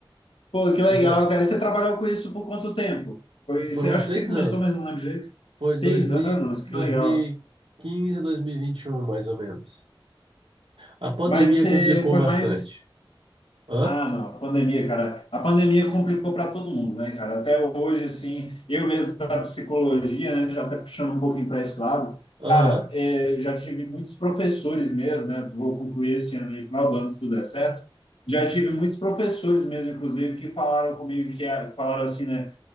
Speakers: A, on the left (about 80°); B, on the right (about 80°).
A: Pô, que legal,
B: E daí,
A: cara. E você trabalhou com isso por quanto tempo? Foi,
B: foram
A: você, acho
B: seis
A: que você comentou,
B: anos.
A: mas não lembro direito.
B: Foi
A: Seis
B: 2000,
A: anos, que
B: 2015
A: legal.
B: a 2021, mais ou menos. A pandemia
A: Mas você
B: complicou
A: foi
B: bastante.
A: mais.
B: Hã?
A: Ah, não, a pandemia, cara. A pandemia complicou para todo mundo, né, cara? Até hoje, assim, eu mesmo da psicologia, né, já até puxando um pouquinho para esse lado.
B: Aham,
A: Cara, eh, já tive muitos professores mesmo, né? Vou concluir esse ano aí, final do ano, se tudo der certo. Já tive muitos professores mesmo, inclusive, que falaram comigo, que ah, falaram assim, né?